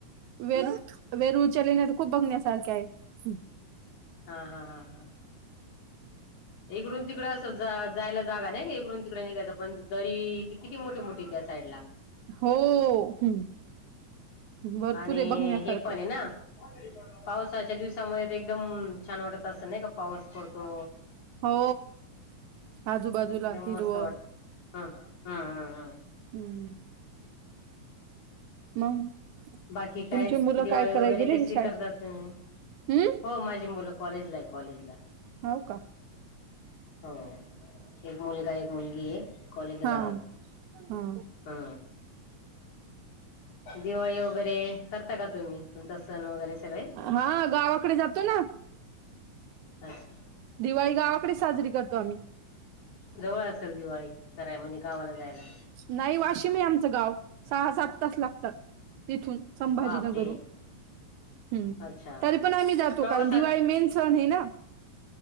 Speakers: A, on the right (about 75°); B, on the left (about 70°).
A: वेरू वेरूच्यालिण्या तर खूप बघण्यासारख्या आहे हम्
B: हा हा हा हा इकडून तिकडं अस जायला जागा नाही इकडून तिकडे निघायचं पण दरी किती मोठी मोठी साईड ला
A: हो हम्म भरपूरे
B: आणि
A: बघण्यासारखं
B: हे पण आहे ना पावसाच्या दिवसामध्ये ते एकदम छान वाटत असत नाही का पाऊस पडतो
A: हो आजूबाजूला
B: म
A: हिरवं
B: मस्त वाटत हा हा हा हम
A: हम्म. मग
B: बाकी काय
A: तुमची मुलं
B: दिवाळी
A: काय
B: वगैरे
A: कराय गेले
B: कशी
A: की शाळेत
B: करतात तुम्ही
A: हम्म
B: हो माझी मुलं कॉलेजला आहे कॉलेजला
A: हो का
B: हो एक मुलगा एक मुलगी आहे कॉल झाला
A: हा हा
B: हा दिवाळी वगैरे करता का तुम्ही द सण वगैरे सगळे
A: हा गावाकडे जातो ना
B: हम
A: दिवाळी गावाकडे साजरी करतो आम्ही
B: जवळ असेल दिवाळी कराय म्हणजे गावाला जायला
A: नाही वाशिम आहे आमचं गाव सहा सात तास लागतं तथून संभाजीनगरून
B: बाप रे
A: ह्
B: अच्छा
A: तरी पण आम्ही जातो
B: प्रवासात
A: कारण दिवाळी मेन ना